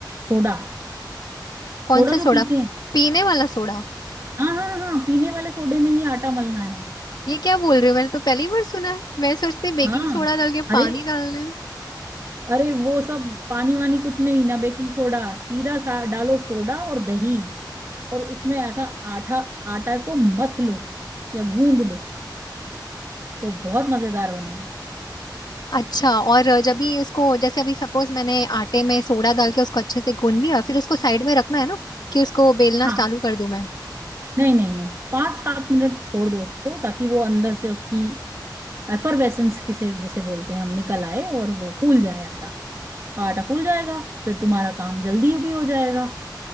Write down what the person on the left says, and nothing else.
कौन
सा
सोडा
पीने वाला सोडा
ये क्या बोल रही हो मैंने तो पहली बार सुना है मैं सोचती बेकिंग
सोडा डाल के
पानी डालना है
अच्छा और अ, जब भी उसको जैसे अभी सपोज मैंने आटे में सोडा डाल के उसको अच्छे से गूंद लिया फिर उसको साइड में रखना है ना कि उसको बेलना
चालू कर दूं मैं